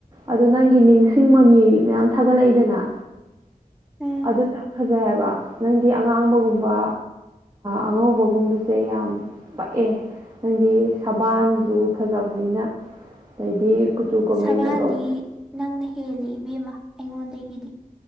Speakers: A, on the right (about 25°); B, in the centre.
A: ꯑꯗꯨ ꯅꯪꯒꯤ ꯅꯤꯡꯁꯤꯡ ꯃꯃꯤ ꯃꯌꯥꯝ ꯊꯥꯒꯠꯂꯛꯏꯗꯅ
B: ꯎꯝ
A: ꯑꯗꯨꯁꯨ ꯌꯥꯝ ꯐꯖꯩ ꯍꯥꯏꯕ ꯅꯪꯗꯤ ꯑꯉꯥꯡꯕꯒꯨꯝꯕ ꯑꯉꯧꯕꯒꯨꯝꯕꯁꯦ ꯌꯥꯝ ꯄꯛꯑꯦ ꯅꯪꯒꯤ ꯁꯕꯥꯟꯁꯨ ꯐꯖꯕꯅꯤꯅ ꯑꯗꯩꯗꯤ ꯀꯨꯆꯨ ꯀꯣꯃꯦꯟꯒꯗꯣ
B: ꯁꯕꯥꯟꯗꯤ
A: ꯑꯗꯨꯝ
B: ꯅꯪꯅ ꯍꯦꯜꯂ ꯏꯕꯦꯝꯃ ꯑꯩꯉꯣꯟꯗꯒꯤꯗꯤ